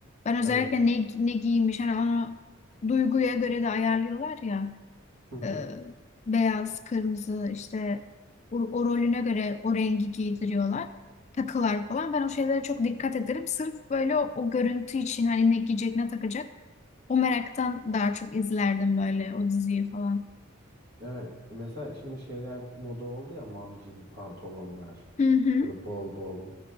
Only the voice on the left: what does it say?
Ben özellikle
ne, ne giymiş hani onu duyguya göre de ayarlıyorlar ya.
e, beyaz, kırmızı işte o, o rolüne göre o rengi giydiriyorlar. Takılar falan. Ben o şeylere çok dikkat ederim. Sırf böyle o, o görüntü için hani ne giyecek ne takacak. O meraktan daha çok izlerdim böyle o diziyi falan.
Hı hı,